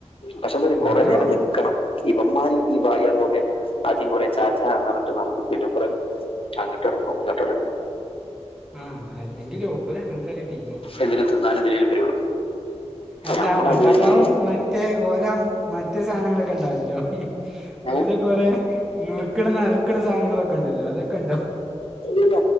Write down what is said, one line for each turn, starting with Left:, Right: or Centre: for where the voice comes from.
Left: പക്ഷെന്ത
Centre: എന്നാലും
Left: കൊറെേ നേരം നിക്കണം ഇവന്മാർ ഈ ബായർ കൊറേ ആദ്യം കൊറെ ചാച്ച നിറട്ട് നടക്കും പിന്നെകൊറേ അങ്ങോട്ട് നടക്കും ഇങ്ങട്ട് നടക്കും
Centre: ആഹ അല്ലെങ്കിൽ ഓല് അങ്ങനത്തെ ഒരു ടീമാ
Left: എന്തിനെ ത്തിന്നന്നും എന്തിനേ വരുള്ളൂ
Centre: അല്ലാ
Left: ഞമ്മളതുവരെ
Centre: ഭടാപ്പവം മറ്റെ മറ്റേ ഓലെ മറ്റേ സാധനങ്ങളൊക്കെ ഉണ്ടാവല്ലോ
Left: ഏ
Centre: ഓലെ കൊറെ നുറുക്കണ നറുക്കണ സാധനങ്ങളൊക്കെ ഉണ്ടല്ലോ അതൊക്കെ ഉണ്ടോ
Left: ഇല്ല